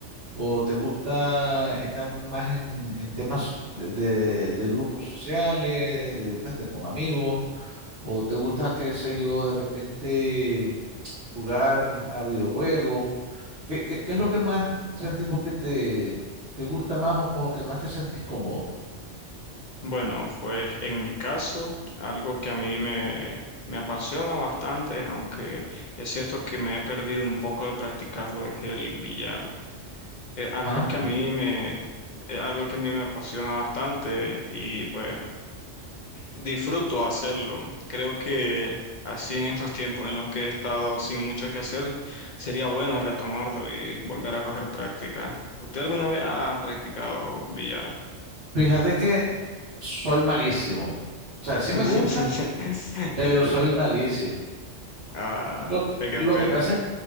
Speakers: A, on the right; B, on the left.
A: o te gusta estar más en, en temas de, de- de grupos sociales, de, pues, de con amigos, o te gusta, qué sé yo, de repente jugar a videojuegos. ¿Qué, qué, qué es lo que más sentimos que te, te gusta más o con lo que más te sentís cómodo?
B: Bueno, pues en mi caso, algo que a mí me, me apasiona bastante, aunque es cierto que me he perdido un poco de practicarlo, es el billar. es algo
A: ¿Ah?
B: que a mí me, es algo que a mí me apasiona bastante y pues disfruto hacerlo. Creo que así en estos tiempos en los que he estado sin mucho que hacer, sería bueno retomarlo y volver a coger práctica. ¿Usted alguna vez ha practicado billar?
A: Fíjate que soy malísimo. O sea, sí
B: <laughs>
A: me gusta, pero
B: Eh,
A: soy malísimo.
B: ah,
A: Lo,
B: qué
A: lo
B: pena.
A: que pasa es,